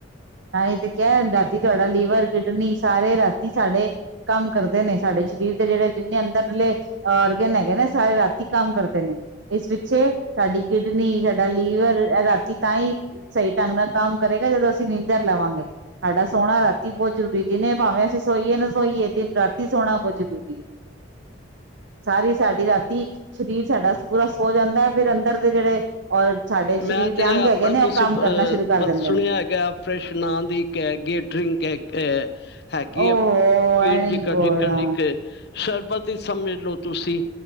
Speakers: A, on the right; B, on the left.
A: ਤਾਂ ਇਹ ਤੇ ਕਿਹਾ ਰਾਤੀ ਤੁਹਾਡਾ ਲੀਵਰ ਕਿਡਨੀ ਸਾਰੇ ਰਾਤੀ ਸਾਡੇ ਕੰਮ ਕਰਦੇ ਨੇ ਸਾਡੇ ਸਰੀਰ ਦੇ ਜਿਹੜੇ ਜਿੰਨੇ ਅੰਦਰਲੇ ਔਰਗਨ ਹੈਗੇ ਨੇ ਸਾਰੇ ਰਾਤੀ ਕੰਮ ਕਰਦੇ ਨੇਂ ਇਸ ਪਿੱਛੇ ਸਾਡੀ ਕਿਡਨੀ ਸਾਡਾ ਲੀਵਰ ਰਾਤੀ ਤਾਂ ਈ ਸਹੀ ਢੰਗ ਨਾਲ ਕੰਮ ਕਰੇਗਾ ਜਦੋਂ ਅਸੀਂ ਅਂ ਇੱਧਰ ਲਵਾਂਗੇ ਸਾਡਾ ਸੋਣਾ ਰਾਤੀ ਬਹੁਤ ਜ਼ਰੂਰੀ ਜਿਨੇ ਭਾਵੇਂ ਅਸੀਂ ਸੋਈਏ ਨਾ ਸੋਈਏ ਦਿਨ ਰਾਤੀ ਸੋਣਾ ਬਹੁਤ ਜ਼ਰੂਰੀ ਹੈ ਸਾਰੀ ਸਾਡੀ ਰਾਤੀ ਸਰੀਰ ਸਾਡਾ ਪੂਰਾ ਸੋ ਜਾਂਦਾ ਫਿਰ ਅੰਦਰ ਦੇ ਜਿਹੜੇ ਔਰ ਸਾਡੇ
B: ਮੈਂ
A: ਸਰੀਰ
B: ਤੇ
A: ਦੇ ਅੰਗ
B: ਆਪਾਂ
A: ਹੈਗੇ ਨੇ
B: ਤੁਸੀਂ
A: ਉਹ ਕੰਮ
B: ਅ
A: ਕਰਨਾ ਸ਼ੁਰੂ ਕਰ ਦਿੰਦੇ
B: ਸੁਣਿਆ
A: ਨੇ
B: ਹੈਗਾ ਫਰੈਸ਼ ਨਾਂ ਦੀ ਕਹਿ ਕੇਟਰਿੰਗ ਕਹਿ ਅ ਹੈਗੀ
A: ਉਹ
B: ਹੈ ਪੀਣ
A: ਐ ਨਹੀਂ
B: ਦੀ
A: ਬੋਲਣਾ
B: ਕਦੀ ਕਨਿਕ ਏ ਸਰਬਤੀ ਸਮਝ ਲੋ ਤੁਸੀਂ